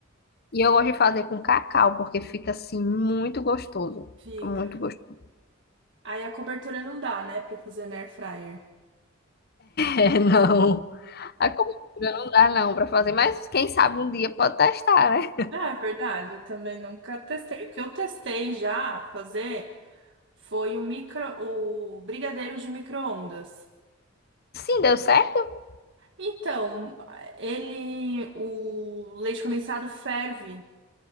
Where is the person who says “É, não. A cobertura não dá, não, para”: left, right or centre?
Left